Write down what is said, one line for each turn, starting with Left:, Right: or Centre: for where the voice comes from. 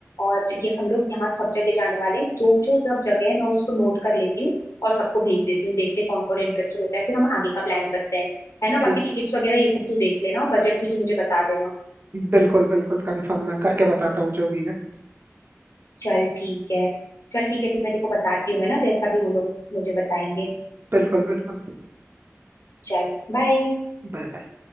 Left: और ये हम लोग यहाँ सब जगह जाने वाले हैं जो जो सब जगह है मैं उसको नोट कर लेती हूँ और सबको भेज देती हूँ देखते हैं कौन कौन इंटरेस्टेड होता है फिर हम आगे का प्लान करते हैं है ना
Right: ठीक
Left: बाकी टिकट्स वगैरह ये सब तू देख लेना और बजट भी तू मुझे बता देना
Right: बिल्कुल बिल्कुल कंफर्म मैं करके बताता हूँ जो भी है
Left: चल ठीक है चल ठीक है फिर मैं तेरे को बताती हूँ है ना जैसा भी वो लोग मुझे बताएंगे
Right: बिल्कुल बिल्कुल
Left: चल बाय
Right: Bye bye.